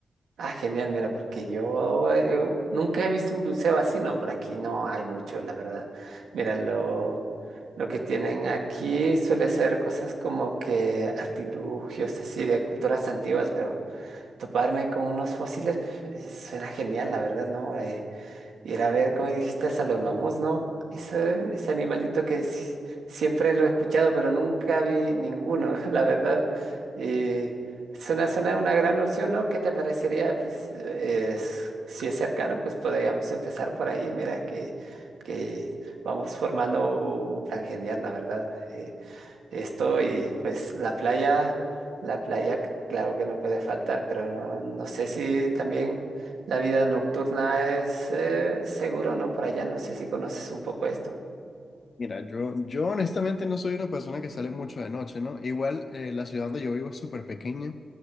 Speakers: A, on the right (about 85°); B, on the left (about 55°).
A: Ah, genial, mira, porque yo eh, nunca he visto un buceo así, ¿no? Por aquí no hay mucho, la verdad. Mira, lo, lo que tienen aquí suele ser cosas como que artilugios así de culturas antiguas, pero... toparme con unos fósiles, pues, suena genial, la verdad, ¿no? Eh, ir a ver, como dijiste, a los mamuts, ¿no? Ese, ese animalito que s- siempre lo he escuchado, pero nunca vi ninguno, <laughs> la verdad. Y suena, suena una gran opción, ¿no? ¿Qué te parecería? Pues, eh, s- si es cercano, pues podríamos empezar por ahí. Mira que, que vamos formando un plan genial, la verdad. Eh, esto y pues la playa, la playa, claro que no puede faltar, pero no, no sé si también la vida nocturna es eh, seguro, ¿no? Por allá, no sé si conoces un poco esto.
B: Mira, yo, yo honestamente no soy una persona que sale mucho de noche, ¿no? Igual eh, la ciudad donde yo vivo es súper pequeña.